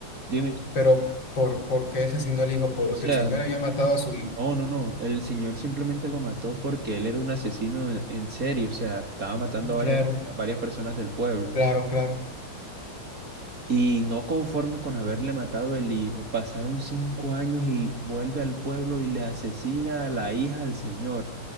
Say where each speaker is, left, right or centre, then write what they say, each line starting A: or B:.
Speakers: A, on the right; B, on the left.
A: Dime.
B: pero, ¿por, por qué asesinó al hijo? Porque
A: O sea,
B: el señor había matado a su hijo.
A: no, no, no. El señor simplemente lo mató porque él era un asesino en, en serie. O sea, estaba matando a varias,
B: Claro,
A: a varias personas del pueblo.
B: claro, claro.
A: Y no conforme con haberle matado el hijo, pasaron cinco años y vuelve al pueblo y le asesina a la hija al señor.